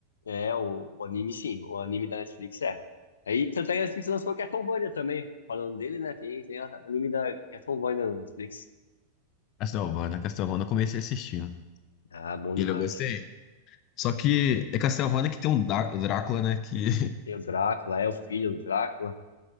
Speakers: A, on the left; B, on the left.
A: É, o, o anime, sim, o anime da Netflix é. Aí, tanto é que a Netflix lançou Castlevania também. Falando dele, né? Tem, tem a- anime da Castlevania na Netflix.
B: Castlevania, Castlevania eu comecei assistindo.
A: Ah, bom
B: Ele
A: demais.
B: eu gostei. Só que é Castlevania que tem um Dá- Drácula, né? Que
A: Tem o Drácula, é o filho do Drácula.